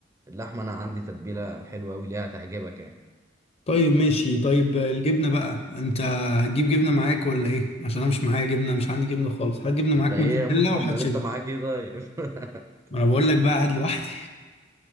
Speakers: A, on the right (about 15°); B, on the left (about 30°).
A: اللحمه انا عندي تتبيله حلوه قوي ليها تعجبك يعني
B: طيب ماشي طيب الجبنة بقى انت هتجيب جبنة معاك ولا ايه عشان انا مش معايا جبنة مش عندي جبنة خالص هات جبنة
A: انت
B: معاك
A: ايه
B: موتزاريلا
A: يا عم؟
B: وهات
A: <laughs> امال
B: شيدر
A: انت معاك ايه طيب <laughs>
B: ما انا بقول لك بقى قاعد لوحدي